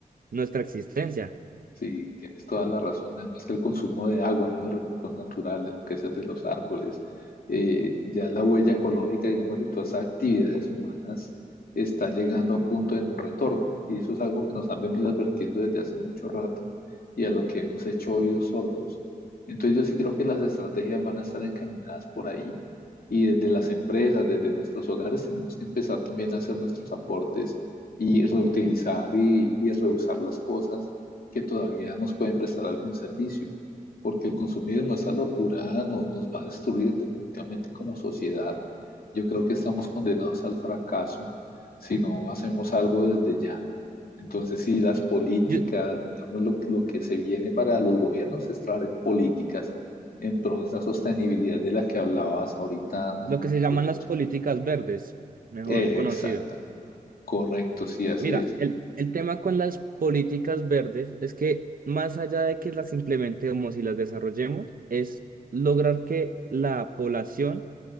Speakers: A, on the right; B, on the left.
A: nuestra existencia.
B: Sí, tienes toda la razón. Además que el consumo de agua, ¿no? de recursos naturales, lo que sea de los árboles, eh, ya la huella ecológica, digamos, de todas esas actividades humanas está llegando a un punto de no retorno. Y eso es algo que nos han venido advirtiendo desde hace mucho rato y a lo que hemos hecho oídos sordos. Entonces yo sí creo que las estrategias van a estar encaminadas por ahí. Y desde las empresas, desde nuestros hogares, tenemos que empezar también a hacer nuestros aportes y reutilizar y y reusar las cosas que todavía nos pueden prestar algún servicio, porque el consumismo, esa locura, no, nos va a destruir definitivamente como sociedad. Yo creo que estamos condenados al fracaso si no hacemos algo desde ya. Entonces, sí, las políticas,
A: Yo-
B: digamos, lo, lo que se viene para los gobiernos es traer en políticas en pro de esa sostenibilidad de la que hablabas ahorita al
A: lo
B: comienzo
A: que se llaman
B: de
A: las
B: la charla.
A: políticas verdes, mejor
B: Exacta,
A: conocido.
B: correcto, sí, así
A: Mira,
B: es.
A: el, el tema con las políticas verdes es que más allá de que las implementemos y las desarrollemos, es lograr que la población,